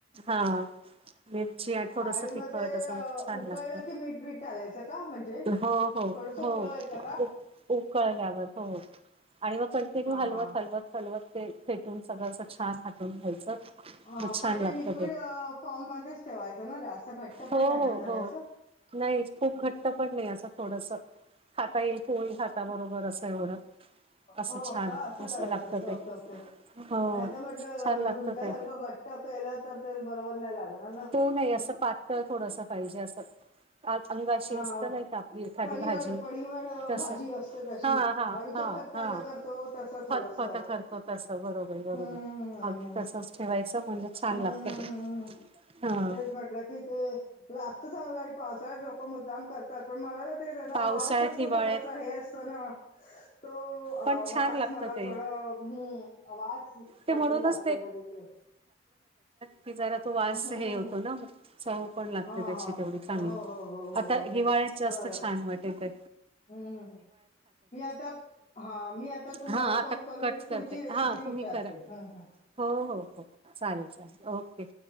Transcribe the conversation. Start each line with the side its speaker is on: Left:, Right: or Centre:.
Right: हा मिरची आ थोडस
Left: आणि मग
Right: तिखट
Left: ते
Right: तसं
Left: अ,
Right: मग छान
Left: उकळलं
Right: लागत.
Left: की मीठ बीठ घालायचं का म्हणजे?
Right: हो हो
Left: थोडस
Right: हो
Left: उकळवायचं
Right: उक
Left: का
Right: उकळल्यावर हो. आणि मग कंटिन्यू
Left: हा
Right: हलवत
Left: हा
Right: हलवत हलवत ते फेटून सगळं अस छान हाटुन घ्यायचं.
Left: हा
Right: मग छान
Left: पण ते
Right: लागतं
Left: लिक्विड फॉर्म मध्येच ठेवायचं. ना जास्त घट्ट पण
Right: हो,
Left: नाही ना
Right: हो,
Left: करायचं.
Right: हो. नाही खूप घट्ट पण नाही असं थोडस खाता येईल. पोळी हाता बरोबर असं एवढं
Left: हो
Right: असं छान
Left: का असं
Right: मस्त
Left: करायचं
Right: लागतं
Left: असतं
Right: ते
Left: ओके ओके
Right: हो
Left: नाहीतर म्हटलं
Right: छान लागतं
Left: झुणक्यासारखं
Right: ते
Left: घट ट केला तर तेच बरोबर नाही लागणार ना
Right: तो नाही
Left: हं.
Right: असं पातळ थोडस पाहिजे असं अंथगाशी
Left: हा
Right: असते नाही का आपली एखादी
Left: पळीवाड
Right: भाजी
Left: पळीवाड अ,
Right: तस
Left: भाजी असते तशी
Right: हा हा
Left: अळूचं
Right: हा
Left: फतफद
Right: हा
Left: करतो तसं थोडस
Right: फत फत करतो तस बरोबर
Left: हम्म
Right: बरोबर
Left: हम्म हम्म
Right: अगदी तस ठेवायचं म्हणजे छान
Left: हम्म
Right: लागत
Left: हम्म
Right: ते
Left: हम्म हम्म हम्म
Right: हा
Left: तेच म्हटलं कि ते लागत चांगलं आणि पावसाळ्यात लोक मुद्दाम कर तात पण मला तर ते तेजा
Right: पावसाळ्यात
Left: वास असतो
Right: हिवाळ्यात
Left: थोडासा हे असतो ना तो
Right: पण
Left: आ
Right: छान
Left: वास
Right: लागतं
Left: मला
Right: ते
Left: थोडं हम्म वास काहीतरी
Right: ते म्हणूनच
Left: वाटतो म्हणजे ते
Right: ती जरात तो
Left: हम्म
Right: वास
Left: हम्म
Right: हे होतो
Left: हम्म.
Right: ना म चव पण लागते.
Left: हा
Right: त्याची
Left: हा
Right: तेवढी चांगली.
Left: हो हो हो हो
Right: आता
Left: हो हो
Right: हिवाळ्यात जास्त
Left: बरं
Right: छान वाटेल तर
Left: हम्म हम्म हम् मी आताप हा मी आता तुम्हाला
Right: हा आता
Left: फोन करून
Right: कट
Left: मी पुढची
Right: करते
Left: रेसिपी
Right: हा
Left: विचारते.
Right: तुम्ही करा
Left: हम हम.
Right: हो हो हो चालेल चालेल ओके.